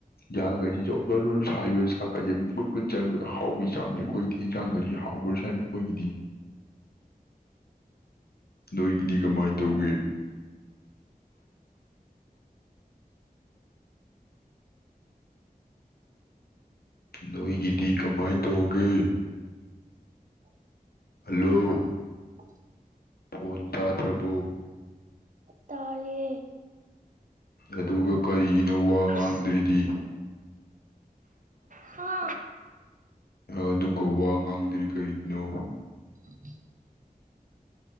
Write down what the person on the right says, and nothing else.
ꯑꯣ
ꯎ
ꯇꯔꯦ
ꯑꯁ ꯍꯥ
ꯎꯝ